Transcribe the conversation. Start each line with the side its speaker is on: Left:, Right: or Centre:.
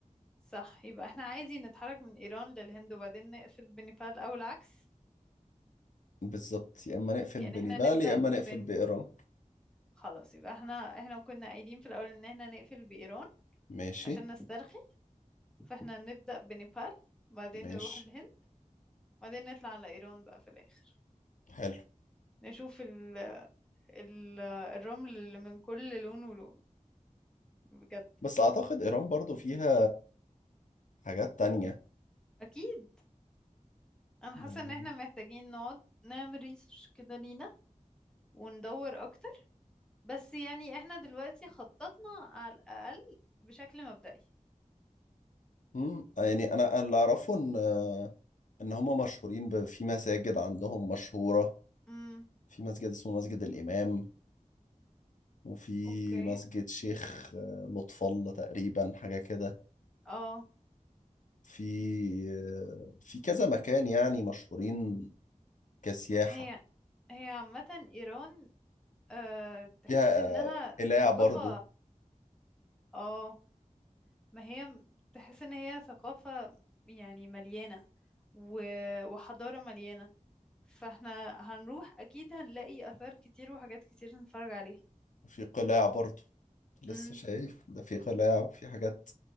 Centre: صح يبقى احنا عادي نتحرك من ايران للهند وبعدين نقفل بنيبال او العكس
Left: بالظبط يا اما نقفل
Centre: يعني
Left: بنيبال
Centre: احنا نبدأ
Left: يا اما نقفل
Centre: بن
Left: بايران
Centre: خلاص يبقى احنا احنا كنا قايلين في الاول ان احنا نقفل بايران
Left: ماشي
Centre: عشان نسترخي فاحنا نبدأ بنيبال بعدين
Left: ماشي
Centre: نروح الهند بعدين نطلع على ايران بقى في الاخر
Left: حلو
Centre: نشوف ال... ال... الرمل اللي من كل لون ولون بجد
Left: بس اعتقد ايران برضو فيها حاجات تانية
Centre: اكيد انا
Left: يعني
Centre: حاسة ان احنا محتاجين نقعد نعمل ريسيرش كده لينا وندور اكتر بس يعني احنا دلوقتي خططنا على الأقل بشكل مبدئي
Left: امم يعني انا اللي اعرفه ان ان هم مشهورين ب- في مساجد عندهم مشهورة
Centre: امم
Left: في مسجد اسمه مسجد الامام وفي
Centre: اوكي
Left: مسجد شيخ آه، لطف الله تقريبا حاجة كده
Centre: اه
Left: في آه، في كذا مكان يعني مشهورين كسياحة
Centre: هي هي عامة ايران أه تحس
Left: فيها
Centre: انها
Left: آه، قلاع
Centre: ثقافة
Left: برضو
Centre: اه ما هي م- تحس ان هي ثقافة يعني مليانة و... وحضارة مليانة فاحنا هنروح اكيد هنلاقي اثار كتير وحاجات كتير نتفرج عليها
Left: وفي قلاع برضو لسه
Centre: امم
Left: شايف ده في قلاع وفي حاجات